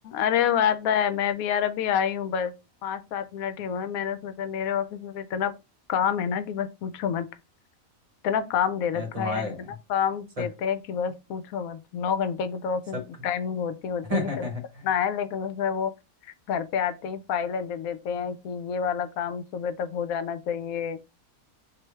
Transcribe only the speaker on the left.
अरे वो आता है मैं भी यार अभी आई हूँ बस पाँच सात मिनट ही हुए हैं। मैंने सोचा मेरे ऑफिस में तो इतना काम है ना कि बस पूछो मत इतना काम दे
रखा
है यार इतना काम
देते हैं कि बस पूछो मत नौ घंटे की तो ऑफिस
टाइमिंग होती होती
है कि चलो करना है लेकिन उसमें वो घर पे आते ही फाइलें दे देते हैं कि ये वाला काम सुबह तक हो जाना चाहिए